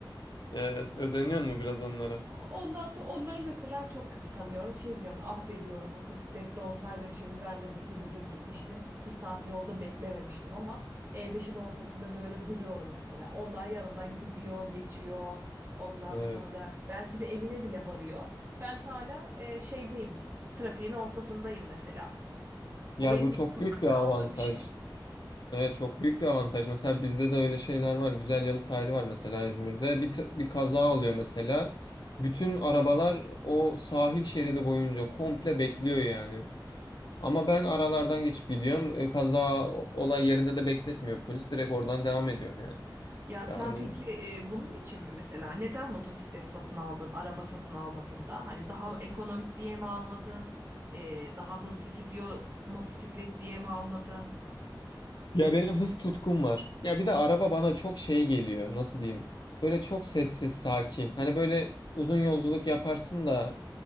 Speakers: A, on the left; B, on the right.
A: Evet. Özeniyor mu biraz onlara?
B: Ondan sonra onları mesela çok kıskanıyorum. Şey diyorum ah be diyorum motosiklette olsaydım şimdi ben de vızır vızır gitmiştim. Bir saat yolda beklememiştim ama E5'in ortasında böyle duruyorum mesela. Onlar yanımdan gidiyor, geçiyor. Ondan
A: Evet.
B: sonra belki de evine bile varıyor. Ben hala e, şeydeyim. Trafiğin ortasındayım mesela.
A: Ya
B: Bu benim
A: bu çok
B: çok
A: büyük
B: kıskandığım
A: bir avantaj.
B: bir şey.
A: Evet çok büyük bir avantaj. Mesela bizde de öyle şeyler var. Güzel Yalı sahili var mesela İzmir'de. Bir, t- bir kaza oluyor mesela. Bütün arabalar o sahil şeridi boyunca komple bekliyor yani. Ama ben aralardan geçip gidiyorum. E, Kaza o- olay yerinde de bekletmiyor. Polis direkt oradan devam ediyorum yani.
B: Ya sen
A: Yani
B: peki e, bunun için mi mesela neden motosiklet satın aldın, araba satın almadın da? Hani daha ekonomik diye mi almadın? E, daha hızlı gidiyor motosiklet diye mi almadın?
A: Ya benim hız tutkum var. Ya bir de araba bana çok şey geliyor. Nasıl diyeyim? Böyle çok sessiz, sakin. Hani böyle uzun yolculuk yaparsın da